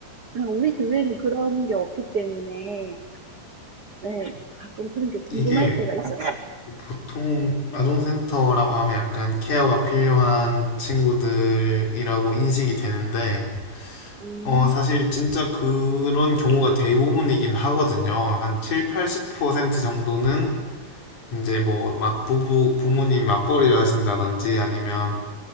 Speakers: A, on the right; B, on the left.
A: 네, 우리 주위에는 그런 게 없기 때문에 네, 가끔 그런 게
B: 이게
A: 궁금할 때가 있어요.
B: 보통 아동센터라고 하면 약간 케어가 필요한 친구들이라고 인식이 되는데
A: 음,
B: 어, 사실 진짜 그런 경우가 대부분이긴 하거든요. 한 7, 80% 정도는 이제 뭐 맞부부 부모님이 맞벌이를 하신다든지 아니면